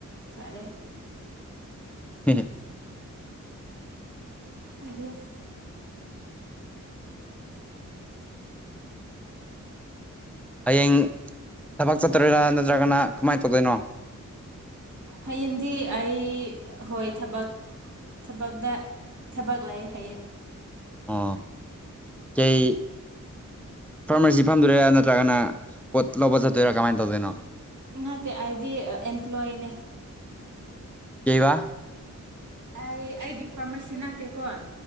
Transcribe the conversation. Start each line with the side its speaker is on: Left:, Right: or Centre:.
Right: ꯐꯔꯦ
Centre: ꯀꯤ
Right: ꯑ
Centre: ꯍꯌꯦꯡ ꯊꯕꯛ ꯆꯠꯇꯔꯣꯏꯔ ꯅꯠꯇ꯭ꯔꯒꯅ ꯀꯃꯥꯏꯅ ꯇꯧꯗꯣꯏꯅꯣ
Right: ꯍꯌꯦꯗꯤ ꯑꯩ ꯍꯣꯏ ꯊꯕꯛ ꯊꯕꯛꯇ ꯊꯕꯛ ꯂꯩ ꯍꯥꯏꯌꯦꯡ
Centre: ꯑ ꯀꯩ ꯐꯥꯔꯃꯥꯁꯤ ꯐꯝꯗꯣꯏꯔꯥ ꯅꯠꯇ꯭ꯔꯒꯅ ꯄꯣꯠ ꯂꯧꯕ ꯆꯠꯇꯣꯏꯔꯥ ꯀꯃꯥꯏꯅ ꯇꯧꯗꯣꯏꯅꯣ
Right: ꯅ ꯇ ꯑꯗꯤ ꯑꯦꯄ꯭ꯂꯣꯣꯌꯅꯦ
Centre: ꯀꯩ ꯋꯥ
Right: ꯑꯩ ꯑꯩꯒꯤ ꯐꯥꯔꯃꯥꯁꯤ ꯅꯅꯥꯠꯇꯦꯀꯣꯟ